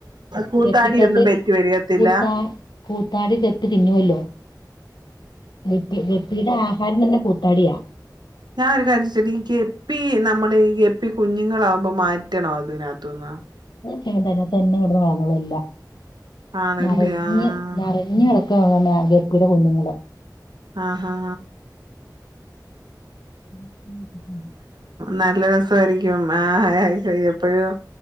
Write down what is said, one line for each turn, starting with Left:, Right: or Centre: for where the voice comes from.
Right: കൂത്താടിയൊന്നും
Left: ഗപ്പിക്കാത്ത്
Right: പെറ്റ് പെരുകത്തില്ല
Left: <unintelligible> കൂത്താടി ഗപ്പി തിന്നുവല്ലോ ഗപ്പി ഗപ്പിടെ ആഹാരം തന്നെ പൊ തടിയാ
Right: ഞാ ഒരു കാര്യാ ചോയ്ച്ചോട്ടെ ഈ ഗപ്പി നമ്മള് ഗപ്പി കുഞ്ഞുങ്ങള ഇമ്മ മാറ്റണോ ഇതിനെ ന്തുന്ന
Left: തന്നെ തന്നെ വളർന്നോളും എല്ലാ
Right: ആണല്ലേ
Left: നറഞ്ഞു
Right: ആഹ്
Left: നറഞ്ഞു ക്കെ അങ്ങനെ ഗപ്പിടെ കുഞ്ഞുങ്ങള്
Right: ആഹാ
Left: <unintelligible>
Right: നല്ല രസോരിക്കും മാ എപ്പഴും